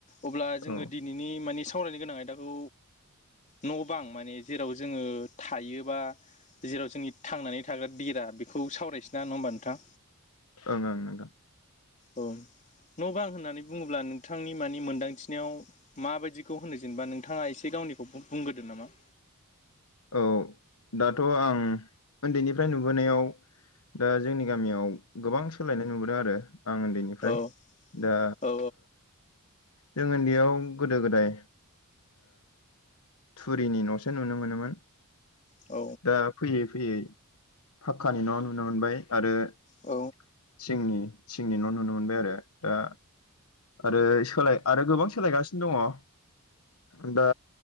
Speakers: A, on the left; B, on the left.
A: अब्ला जोङो
B: औ
A: दिनैनि माने सावरायनो गोनां आयदाखौ न' बां माने जेराव जोङो थायोबा। जेराव जोंनि थांनानै थाग्रा देरा बेखौ सावरायसै ना नङा होमबा नोंथां?
B: ओं ओं नोंथां।
A: औ न'बां होननानै बुङोब्ला नोंथांनि मानि मोनदांथिनायाव माबायदिखौ होनो जेनेबा नोंथाङा एसे गाव निखौ बुंग्रोदो नामा?
B: औ दाथ' आं उन्दैनिफ्राय नुबोनायाव दा जोंनि गामियाव गोबां सोलायनाय नुबोदों आरो। आं उन्दैनिफ्राय
A: औ
B: दा
A: औ
B: जों उन्दैयाव गोदो गोदाय थुरिनि न'सो नुनो मोनोमोन।
A: औ
B: दा फैयै फैयै फाक्कानि न' नुनो मोनबाय आरो। थिंनि
A: औ
B: थिंनि न' नुनो मोनबाय आरो दा आरो सोलाय आरो गोबां सोलायगासिनो दङ। दा